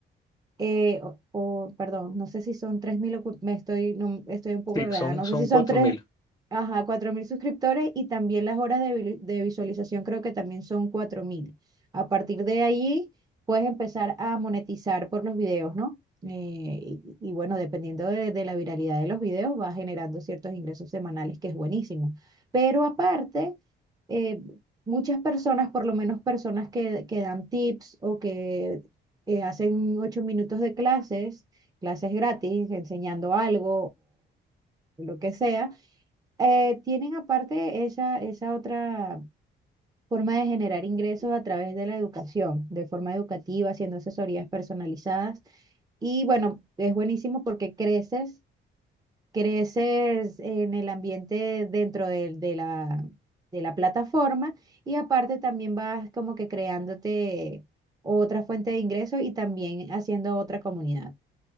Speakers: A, on the right (about 20°); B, on the left (about 15°).
A: eh, o, o, perdón, no sé si son 3.000, ocu- me estoy, no, estoy un poco
B: Sí,
A: enredada,
B: son,
A: no
B: son
A: sé si son
B: cuatro
A: tres
B: mil
A: ajá, 4.000 suscriptores y también las horas de, vi- de visualización creo que también son cuatro mil A partir de ahí puedes empezar a monetizar por los videos, ¿no? Eh, y, y bueno, dependiendo de, de la viralidad de los videos, va generando ciertos ingresos semanales, que es buenísimo. Pero aparte, eh, muchas personas, por lo menos personas que, que dan tips o que eh, hacen ocho minutos de clases, clases gratis, enseñando algo o lo que sea. Eh, tienen aparte esa, esa otra forma de generar ingresos a través de la educación, de forma educativa, haciendo asesorías personalizadas. Y bueno, es buenísimo porque creces creces en el ambiente dentro de, de la, de la plataforma y aparte también vas como que creándote otra fuente de ingreso y también haciendo otra comunidad.